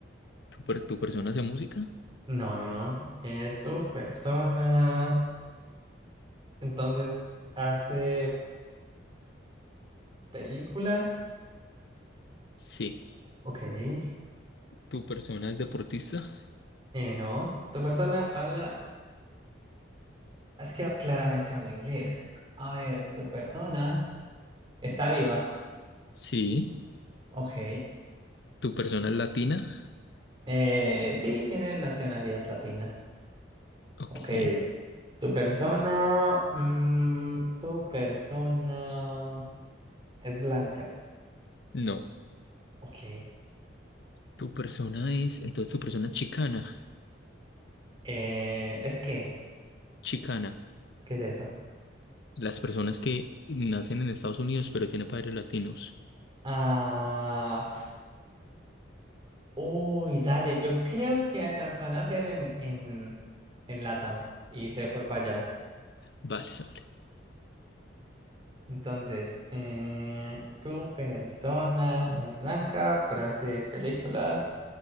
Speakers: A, on the left (about 60°); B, on the right (about 25°).
A: ¿Tu, per- tu persona hace música?
B: No, no, no. Eh, tu persona. Entonces, hace películas.
A: Sí.
B: Ok. Eh,
A: ¿Tu persona es deportista?
B: no. Tu persona habla. Es que claramente habla inglés. A ver, tu persona está viva.
A: Sí.
B: Ok.
A: ¿Tu persona es latina?
B: Eh, sí, tiene nacionalidad latina.
A: Ok,
B: Ok. Tu persona. mm, tu persona es blanca.
A: no.
B: Ok.
A: ¿Tu persona es, entonces tu persona es chicana?
B: Eh, ¿es qué?
A: Chicana.
B: ¿Qué es eso?
A: Las personas que nacen en Estados Unidos pero tienen padres latinos.
B: Ah. Uy, dale, yo creo que alcanzó a nacer en, en, en LATAM y se fue para allá.
A: Vale,
B: Entonces, eh, tu persona no es blanca, pero hace películas.